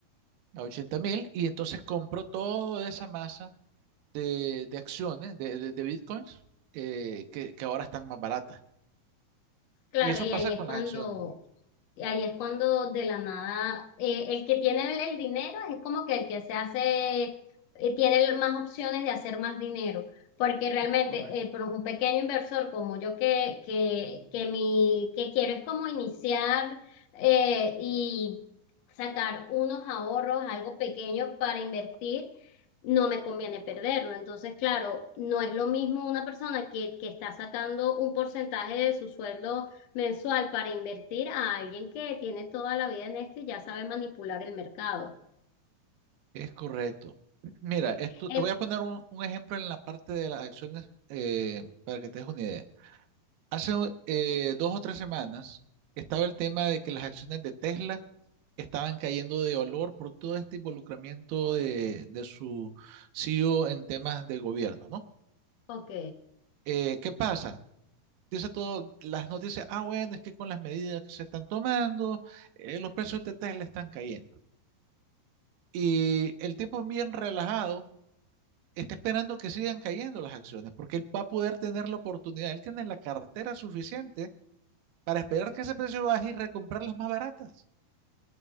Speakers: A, on the right; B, on the left.
A: a ochenta mil, y entonces compro toda esa masa de, de acciones, de, de- de bitcoins, eh, que, que ahora están más baratas.
B: claro,
A: Y eso
B: y
A: pasa
B: ahí es
A: con
B: cuando,
A: las acciones.
B: Y ahí es cuando de la nada, eh, el que tiene el, el dinero es como que el que se hace, eh, tiene más opciones de hacer más dinero, porque realmente
A: es Correcto.
B: eh, por un pequeño inversor como yo que, que, que, mi, que quiero es como iniciar eh, y sacar unos ahorros, algo pequeño para invertir, no me conviene perderlo. Entonces, claro, no es lo mismo una persona que, que está sacando un porcentaje de su sueldo mensual para invertir a alguien que tiene toda la vida en esto y ya sabe manipular el mercado.
A: Es correcto. Mira,
B: Sí.
A: esto,
B: Eh,
A: te voy a poner un, un ejemplo en la parte de las acciones eh, para que te des una idea. Hace eh, dos o tres semanas estaba el tema de que las acciones de Tesla estaban cayendo de valor por todo este involucramiento de, de su CEO en temas de gobierno, ¿no?
B: ok,
A: Eh, ¿qué pasa? dice todo, las noticias, ah, bueno, es que con las medidas que se están tomando, eh, los precios de Tesla están cayendo. Y el tipo bien relajado está esperando que sigan cayendo las acciones, porque él va a poder tener la oportunidad, él tiene la cartera suficiente para esperar que ese precio baje y recomprar las más baratas.